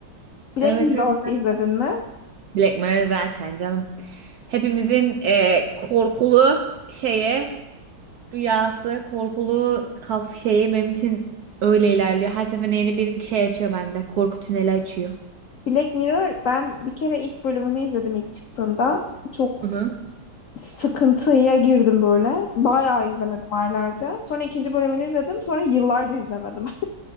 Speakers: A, on the left; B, on the right.
A: Black
B: Evet
A: Mirror
B: evet.
A: izledin mi?
B: Black Mirror zaten canım. Hepimizin e, korkulu şeye Rüyası, korkulu kaf şeyi benim için öyle ilerliyor. Her seferinde yeni bir şey açıyor bende. Korku tüneli açıyor.
A: Black Mirror ben bir kere ilk bölümünü izledim ilk çıktığında. Çok
B: Hı hı.
A: sıkıntıya girdim böyle. Bayağı izlemedim aylarca. Sonra ikinci bölümünü izledim. Sonra yıllarca izlemedim.